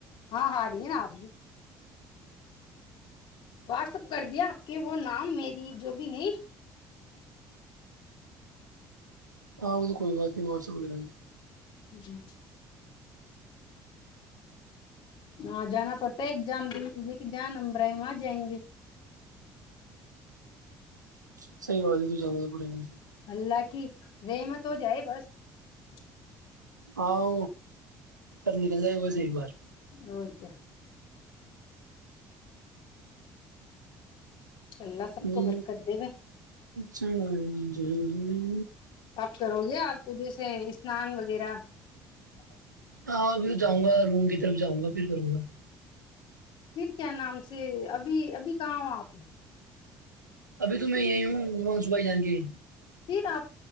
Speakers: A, on the left; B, on the right.
A: ہاں ہ رہی ہے آج واٹس اپ کر دیا آپ کے وہ نام میری جو بھی نہیں <unintelligible>
B: ہاں وہ تو کوئی بات نہیں وسپ وال ل
A: جی <unintelligible> ہاں جانا پڑتا ہے ایگزام د کے لے کے جاں نمبرائے وہاں جائیں گے
B: صحی بات ہے تو جانا پڑے گا <unintelligible>
A: اللہ کی رمت ہو جائے بس <unintelligible>
B: ہاں گھر نکل ج ہے گا صی بار
A: او کیاے <unintelligible> اللہ سب
B: جی
A: کو برکت دے گے
B: چ <unintelligible> جی جی <unintelligible>
A: کب کرو گے آپ جیسے اسنان وغیرہ <unintelligible>
B: ہاں جاؤں گا روم کی طرف جاؤں گا پھر کروں گا
A: پھر کیا نام سے ابھی ابھی کہاں ہو آپ نے
B: ابھی تو میں یہی ہوں مانسو بھائی جان کے
A: پھر آپ